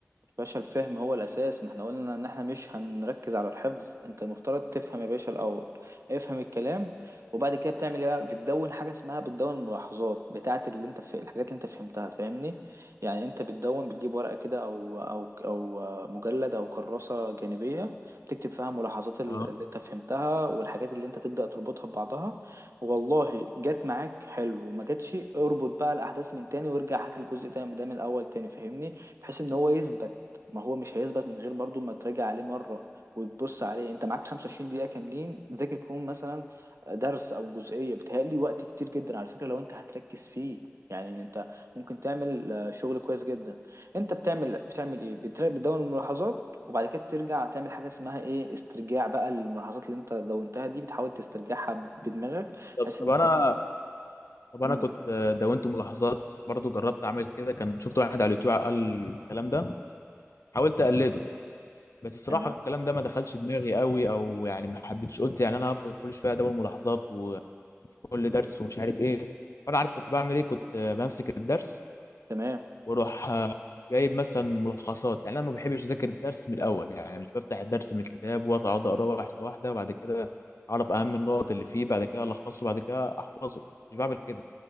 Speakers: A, on the right; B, on the left.
A: باشا الفهم هو الأساس ما احنا قلنا إن احنا مش هنركز على الحفظ انت المفترض تفهم يا باشا الأول افهم الكلام وبعد كده بتعمل ايه بقى بتدون حاجة اسمها بتدون الملاحظات بتاعة اللي انت في الحاجات اللي انت فهمتها فاهمني يعني انت بتدون بتجيب ورقة كده أو أو أو مجلد أو كراسة جانبية بتكتب فيها ملاحظات ال-
B: اه
A: اللي انت فهمتها والحاجات اللي انت تبدأ تربطها ببعضها والله جت معاك حلو وما جاتش اربط بقى الأحداث من تاني وارجع هات الجزء ده ده من الأول تاني فاهمني بحيث ان هو يثبت ما هو مش هيثبت من غير برضو ما تراجع عليه مرة وتبص عليه انت معاك 25 دقيقة كاملين تذاكر فيهم مثلا درس او جزئية بتهيألي وقت كتير جدا على فكرة لو انت هتركز فيه يعني انت ممكن تعمل آه، شغل كويس جدا انت بتعمل بتعمل ايه بتر- بتدون الملاحظات وبعد كده بترجع تعمل حاجة اسمها ايه استرجاع بقى الملاحظات اللي انت دونتها دي بتحاول تسترجعها بدماغك
B: طب
A: بحيث ان
B: طب
A: انت
B: انا طب انا
A: مم.
B: كنت آه، دونت ملاحظات برضو جربت اعمل كده كان شفت واحد على اليوتيوب قال الكلام ده حاولت اقلده بس الصراحه
A: تمام
B: الكلام ده ما دخلش دماغي قوي او يعني ما حبيتش قلت يعني انا هفضل كل شويه ادون ملاحظات وكل درس ومش عارف ايه وانا عارف كنت بعمل ايه كنت آه، بمسك الدرس
A: تمام
B: واروح آه، جايب مثلا ملخصات يعني انا ما بحبش اذاكر الدرس من الاول يعني مش بفتح الدرس من الكتاب واقعد اقراه واحده واحده وبعد كده اعرف اهم النقط اللي فيه بعد كده الخصه بعد كده احفظه مش بعمل كده